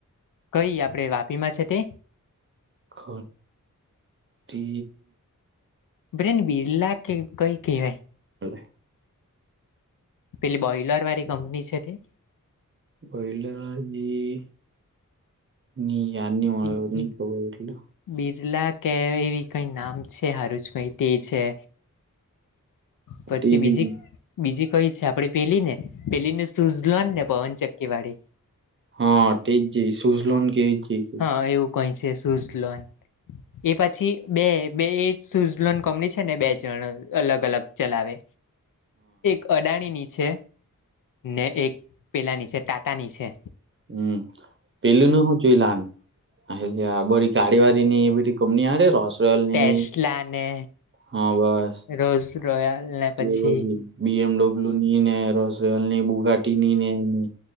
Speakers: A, on the left; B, on the right.
A: કઈ આપડે વાપી માં છે તે.
B: ખ તે.
A: બ્રેન બીરલા કે કઈ કહેવાય.
B: હેલો.
A: પેલી બોઈલર વાળી કંપની છે તે.
B: વયલજી ની યારની મળની
A: બિરલા
B: ખ એટલે.
A: બિરલા કે એવી કઈ નામ છે હારૂજ ભઈ તે છે. પછી
B: તેજી
A: બીજી બીજી કઈ છે આપ. આપે પેલી ને પેલી ને સુઝલોન ને પવન ચક્કીવાળી.
B: હા એ જ જ સુઝ લોન કેવી જ.
A: હા એવું કઈ છે સ્ઝલોડ. એ પછી બે બે સ્ઝલોન્ડ કંપની છે ને બે જણ અલગ અલગ ચલાવે. એક. અડાણીની છે ને એક પેલાની છે ટાટાની છે.
B: હમ પેલુંનું હું જોઈ લન. હ બોી ગાડી વાાડી નની બ કોમની આડે રસ. ટલની
A: ટેસ્લા
B: ન
A: ને
B: હા બસ
A: રોઝ રોયલ ને
B: તે
A: પછી
B: બધી. બી એમડબલ્યુ ની ને રોસલની બુઘાટી ની ને એ.